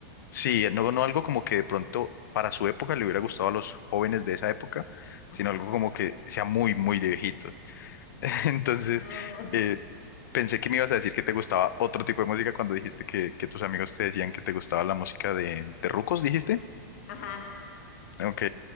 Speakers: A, on the left (about 80°); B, on the left (about 50°).
A: sí, no, no algo como que de pronto para su época le hubiera gustado a los jóvenes de esa época,
B: Ajá.
A: sino algo como que sea muy, muy de viejitos. <laughs> Entonces,
B: Ah,
A: eh, pensé que me ibas a decir que te gustaba otro tipo de música cuando dijiste que, que tus amigos te decían que te gustaba la música de, de rucos, dijiste.
B: ajá.
A: Ok.